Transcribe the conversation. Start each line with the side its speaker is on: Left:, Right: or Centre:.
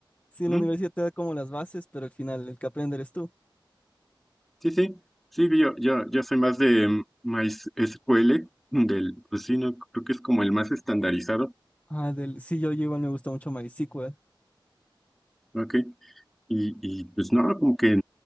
Left: Sí,
Centre: ujú,
Left: la universidad te da como las bases, pero al final el que aprende eres tú.
Centre: Sí, sí, sí, yo, yo, yo soy más de mm, MySQL, del, pues sí, no, creo que es como el más estandarizado,
Left: Ah, del... sí, yo igual me gusta mucho MySQL.
Centre: ¿ok? Y, y pues no, como que,